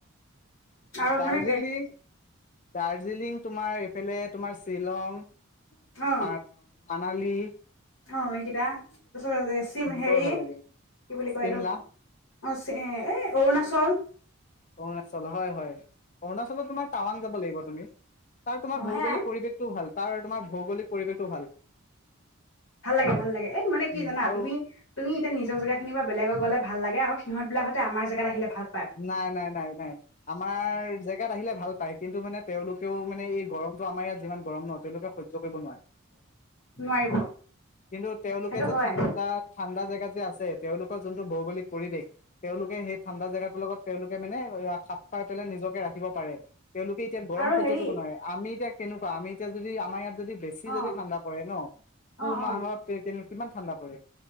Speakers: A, on the left; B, on the left.
A: আৰু
B: দাৰ্জিলিং
A: মানে
B: দাৰ্জিলিং তোমাৰ এইফালে তোমাৰ শ্বিলং উ
A: অ
B: <inaudible> মাণালী
A: অ এই এ তাৰপিছত চি হেৰি
B: বৰ ভাল লাগে
A: কি বুলি কয়
B: চিমলা
A: এইটো অ চ এ অৰুণাচল
B: অৰুণাচল হয় হয় অৰুণাচলত তোমাৰ টাৱাং যাব লাগিব তুমি তাৰ তোমাৰ
A: অ
B: ভৌগোলিক
A: সেয়াই
B: পৰিৱেশটোও ভাল তাৰ তোমাৰ ভৌগোলিক পৰিৱেশটো ভাল
A: ভাল লাগে ভাল লাগে এ মানে কি
B: উম
A: জানা
B: আৰু
A: তুমি তুমি এতিয়া নিজৰ জেগা খিনিৰ পৰা বেলেগক গ'লে ভাল লাগে এয়া আক সিহতবিলাকতে আমাৰ াত আহে ভাত <inaudible>
B: নাই নাই নাই নাই আমাৰ যে ইয়াত আহিলে ভাল পায় কিন্তু মানে তেওঁলোকেও মানে এই গৰমটো আমাৰ ইয়াত যিমান গৰম ন তেওঁলোকে সহ্য কৰিব নোৱাৰে
A: নোৱাৰিব
B: কিন্তু তেওঁলোকে
A: সেইটো
B: যে
A: হয়
B: ঠাণ্ডা ঠাণ্ডা জেগাত যে আছে তেওঁলোকৰ যোনটো ভৌগোলিক পৰিৱেশ তেওঁলোকে সেই ঠাণ্ডা জেগাত লগত তেওঁলোকে মানে চাফ খুৱাই পেলাই নিজকে ৰাখিব পাৰে তেওঁলোকে এতিয়া গৰম
A: আৰু
B: সহ্য
A: হেৰি
B: কৰিব নোৱাৰে আমি এতিয়া তেনেকুৱা আমি এতিয়া যদি আম ইয়াত যদি বেছি
A: অ
B: যদি ঠাণ্ডা পৰে ন পুহ
A: অ অ
B: মাহত কে কিমান ঠাণ্ডা পৰে